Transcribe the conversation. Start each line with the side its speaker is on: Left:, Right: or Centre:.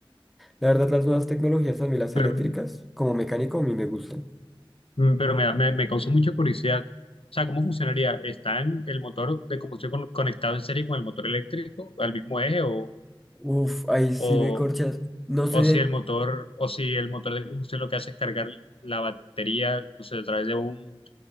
Centre: La verdad, las nuevas tecnologías, a mí las
Left: Pero,
Centre: eléctricas, como mecánico, a mí me gustan.
Left: mm, pero me, me, me causó mucha curiosidad. O sea, ¿cómo funcionaría? ¿Está en el motor de combustión con- conectado en serie con el motor eléctrico al mismo eje o,
Centre: Uf, ahí sí
Left: o,
Centre: me corchas. No sé
Left: o
Centre: de...
Left: si el motor o si el motor de combustión lo que hace es cargar la batería, no sé, a través de un